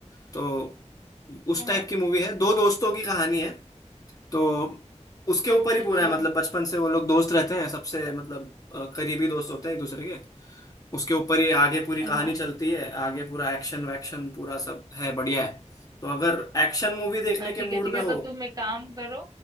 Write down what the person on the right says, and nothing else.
हाँ
हाँ,
अच्छा
अच्छा
हाँ
हाँ ठीक
है ठीक
है
तो तुम एक काम करो